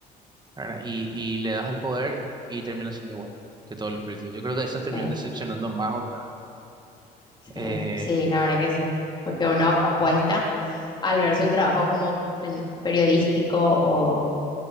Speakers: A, on the right; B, on the left.
A: ¿verdad? Y, y le das al poder y termina siendo igual que todos los políticos. Yo creo que esas terminan
B: sí.
A: decepcionando más otra vez.
B: Sí,
A: Eh,
B: sí, la verdad que sí, porque uno apuesta al ver su trabajo como en- periodístico o